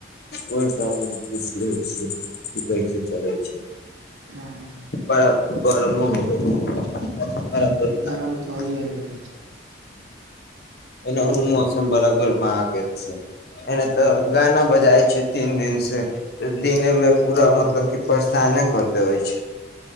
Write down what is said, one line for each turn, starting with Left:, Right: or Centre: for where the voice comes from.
Left: कोइ कामे पुछ ल छै कि कैसे चलै छै
Right: हँ
Left: बरा गरमो हो गल छै बड़ा गरमी
Right: गरम
Left: आ गेल
Right: तऽ होइए
Left: छै
Right: गेलै छै
Left: एना ओन मौसम बरा गर्मा आ गेल छै एने तऽ गाना बजााय छै तीन दिन से दिन में पूरा मतलब कि परेशाने करतै छै